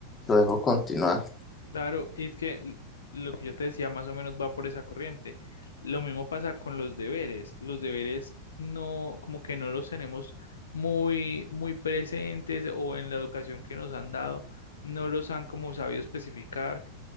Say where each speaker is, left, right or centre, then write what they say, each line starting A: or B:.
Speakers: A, on the left; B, on the left.
A: Lo dejo continuar.
B: Claro, y es que l- lo que yo te decía más o menos va por esa corriente. Lo mismo pasa con los deberes. Los deberes no, como que no los tenemos muy, muy presentes o en la educación que nos han dado, no los han como sabido especificar